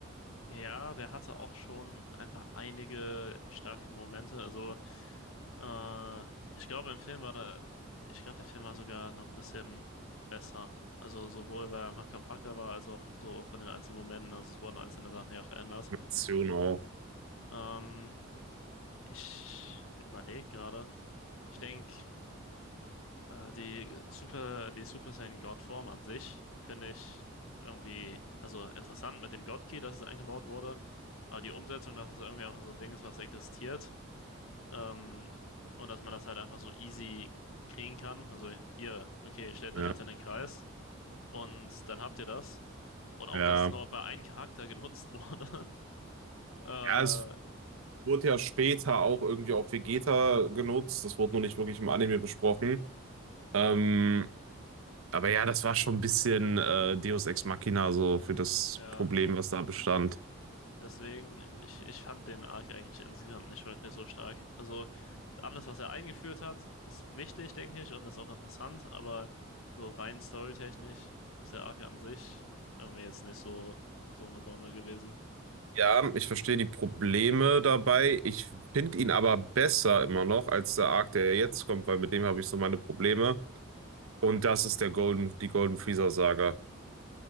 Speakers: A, on the left; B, on the right.
A: Ja, der hatte auch schon einfach einige starke Momente. Also, äh, ich glaube, im Film war da, ich glaube, der Film war sogar noch ein bisschen besser. Also, sowohl weil er einfach kompakter war, als auch so von den einzelnen Momenten. Also, es wurden einzelne Sachen ja verändert.
B: Aktion auch.
A: Ähm, ich überlege gerade. Ich denke. Äh, die Super, die Super Saiyan Godform an sich finde ich irgendwie, also interessant mit dem God Key, dass es eingebaut wurde, aber die Umsetzung, dass es irgendwie einfach so ein Ding ist, was existiert, ähm, und dass man das halt einfach so easy kriegen kann. Also hier, okay, stellt
B: Ja,
A: euch jetzt in den Kreis und dann habt ihr das. Und auch,
B: ja.
A: dass es nur bei einem Charakter genutzt wurde. <laughs> Äh,
B: ja es wurde ja später auch irgendwie auf Vegeta genutzt. Das wurde nur nicht wirklich im Anime besprochen. Ähm, aber ja, das war schon ein bisschen äh, Deus Ex Machina so für das
A: ja,
B: Problem, was da bestand.
A: Deswegen, ich, ich fand den Arc eigentlich insgesamt nicht wirklich so stark. Also, alles, was er eingeführt hat, ist wichtig, denke ich, und ist auch interessant, aber so rein storytechnisch ist der Arc an sich irgendwie jetzt nicht so, so eine Bombe gewesen.
B: Ja, ich verstehe die Probleme dabei. Ich finde ihn aber besser immer noch als der Arc, der ja jetzt kommt, weil mit dem habe ich so meine Probleme. Und das ist der Golden, die Golden Freezer Saga.